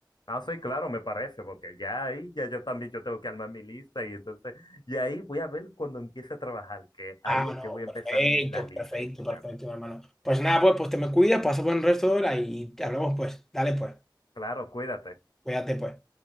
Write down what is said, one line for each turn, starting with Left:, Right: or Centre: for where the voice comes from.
Left: Ah, sí, claro, me parece, porque ya ahí, ya yo también yo tengo que armar mi lista y entonces, y ahí voy a ver cuando empiece a trabajar, que
Centre: Ah,
Left: ahí es
Centre: no,
Left: que voy a
Centre: perfecto,
Left: empezar la lista
Centre: perfecto,
Left: y escucharla.
Centre: perfecto, mi hermano. Pues nada, pues, pues te me cuidas, pasa buen resto de hora y te hablamos pues. Dale pues,
Left: Claro, cuídate.
Centre: cuídate pues.